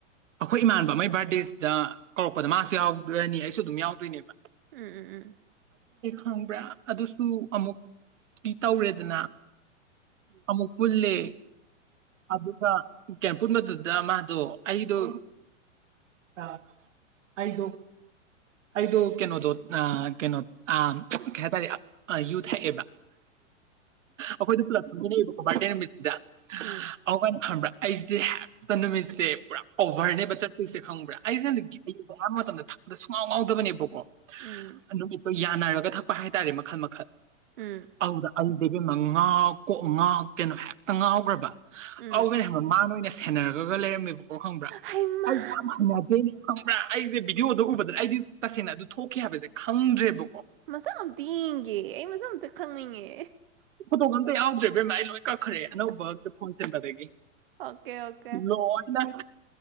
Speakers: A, on the right; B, on the right.
A: ꯑꯩꯈꯣꯏ ꯏꯃꯥꯟꯅꯕꯥ ꯑꯃꯃꯩ ꯕꯥꯔꯗꯦꯁꯤꯗ ꯀꯧꯔꯛꯄꯗ ꯃꯥꯁꯨ ꯌꯥꯎꯔꯅꯤ ꯑꯩꯁꯨ ꯑꯗꯨꯝ ꯌꯥꯎꯗꯣꯏꯅꯦꯕ
B: ꯎꯝ ꯎꯝ ꯎꯝ
A: ꯈꯪꯕꯔꯥ ꯑꯗꯨꯁꯨ ꯑꯃꯨꯛ ꯏ ꯇꯧꯔꯦꯗꯅ ꯑꯃꯨꯛ ꯄꯨꯜꯂꯦ ꯑꯗꯨꯒ ꯀꯌꯥꯝ ꯄꯨꯨꯟꯕꯗꯨꯗ ꯗ ꯃꯥꯗꯣ ꯑꯩꯗꯣ ꯑꯥ ꯑꯩꯗꯣ ꯑꯩꯗꯣ ꯀꯩꯅꯣꯗꯣ ꯅꯥ ꯀꯩꯅꯣ ꯑꯥ ꯀꯩꯍꯥꯏꯇꯥꯔꯦ ꯌꯨ ꯊꯛꯑꯕꯥ ꯑꯈꯣꯏꯗꯣ ꯄꯨꯂꯞ ꯊꯛꯃꯤꯟꯅꯩ ꯑꯕꯥꯀꯣ ꯕꯥꯔꯗꯦ ꯅꯨꯃꯤꯠ ꯗ
B: ꯎꯝ
A: ꯑꯧꯒꯥꯅꯦ ꯈꯡꯕꯔꯥ ꯑꯩꯗꯤ ꯍꯦꯛ ꯇꯥ ꯅꯨꯃꯤꯠꯁꯦ ꯄꯨꯔꯥ ꯑꯣꯚꯔ ꯅꯦꯕꯥ ꯆꯠꯇꯣꯏꯁꯦ ꯈꯪꯕꯔ꯭ ꯑꯩꯁꯦ <inaudible> ꯑꯗ ꯁꯨꯡꯉꯥꯎ ꯉꯥꯎꯗꯕꯅꯦꯕꯀꯣ
B: ꯎꯝ
A: ꯅꯨꯃꯤꯠꯇꯣ ꯌꯥꯅꯔꯒ ꯊꯛꯄ ꯍꯥꯏꯇꯥꯔꯦ ꯃꯈꯜ ꯃꯈꯜ
B: ꯎꯝ
A: ꯑꯋꯧꯗ ꯑꯩꯁꯦ ꯏꯕꯦꯝꯃ ꯉꯥꯎ ꯀꯣꯛ ꯉꯥꯎꯇꯅ ꯍꯦꯛꯇ ꯉꯥꯎꯒꯔꯥꯕ
B: ꯎꯝ
A: ꯑꯧꯒꯅꯦ ꯈꯉꯕ ꯃꯅꯥ ꯑꯣꯏꯅ ꯁꯥ <unintelligible> ꯑꯗꯨꯒ ꯂꯩꯔꯝꯃꯦꯕꯀꯣ ꯈꯪꯡꯕꯔ
B: ꯍꯩꯃꯥ
A: ꯑꯩꯗꯤ ꯔꯥꯝ ꯊꯩꯅꯗꯦ ꯈꯪꯕ꯭ꯔꯥ ꯑꯩꯁꯦ ꯚꯤꯗꯤꯑꯣꯗꯣ ꯎꯕꯗꯅ ꯑꯩꯗꯤ ꯇꯁꯦꯡꯅ ꯑꯗꯨ ꯊꯣꯛꯈꯤ ꯍꯥꯏꯕꯗꯣ ꯈꯪꯗ꯭ꯔꯦꯕ
B: ꯃꯁꯛ ꯑꯝꯇ ꯌꯦꯡꯒꯦ ꯑꯩ ꯃꯁꯛ ꯑꯝꯇ ꯈꯪꯅꯤꯡꯉꯦ
A: ꯄꯣꯇꯣꯒ ꯑꯝꯠ ꯌꯧꯗꯔꯦ ꯏꯕꯦꯝꯃ ꯑꯩ ꯂꯧꯏ ꯀꯛꯈ꯭ꯔꯦ ꯑꯅꯧꯕ ꯐꯣꯟ ꯁꯤꯟꯕꯗꯒꯤ
B: ꯑꯣꯀꯦ ꯑꯣꯀꯦ
A: ꯂꯣꯏꯅ